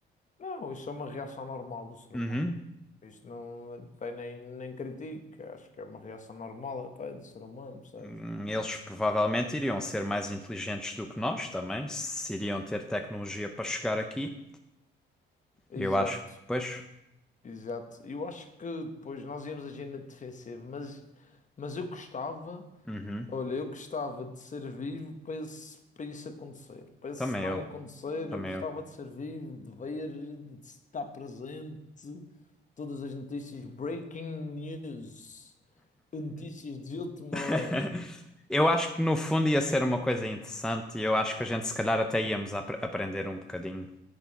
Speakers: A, on the left (about 40°); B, in the centre.
A: Não, isso é uma reação normal do ser
B: Uhum.
A: humano. Isto não tem nem, nem critica, acho que é uma reação normal até do ser humano, percebes?
B: Hum, Eles provavelmente iriam ser mais inteligentes do que nós também, se iriam ter tecnologia para chegar aqui.
A: Exato,
B: Eu acho que, pois,
A: exato. Eu acho que depois nós íamos agir na defensiva, mas, mas eu gostava.
B: uhum.
A: Olha, eu gostava de ser vivo para, esse- para isso acontecer. Para esse
B: Também
A: cenário
B: eu,
A: acontecer,
B: também
A: eu gostava
B: eu.
A: de ser vivo, de ver, de estar presente. Todas as notícias, breaking news, notícias de última
B: <laughs>
A: hora.
B: Eu acho que no fundo ia ser uma coisa interessante e eu acho que a gente se calhar até íamos apre- aprender um bocadinho.